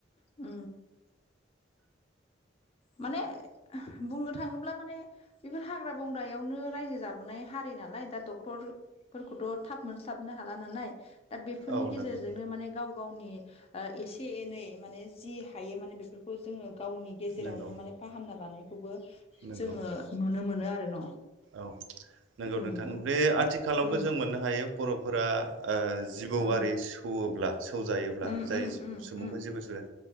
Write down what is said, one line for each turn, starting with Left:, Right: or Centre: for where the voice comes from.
Left: ओ। माने बुंनो थाङोब्ला माने बेफोर हाग्रा बंग्रायावनो रायजो जाबोनाय हारि नालाय दा डक्टर फोरखौथ' थाब मोनस्लाबनो हाला नालाय दा बेफोरनि
Right: औ
Left: गेजेरजोंनो
Right: नंगौ
Left: माने गाव गावनि ओ एसे एनै माने जि हायो माने बेफोरखौ जोङो गावनि गेजेरावनो
Right: नंगौ
Left: माने फाहामना लानायखौबो
Right: नंगौ
Left: जोङो नुनो मोनो आरो न'।
Right: औ नंगौ
Left: उम
Right: नोंथां बे आथिखालावबो
Left: उम
Right: जों मोननो हायो बर'फोरा ओ जिबौआरि
Left: उम
Right: सौवोला सौजायोब्ला
Left: उम
Right: जाय
Left: उम
Right: जि
Left: उम
Right: सुबुंखौ
Left: उम
Right: जेबो साया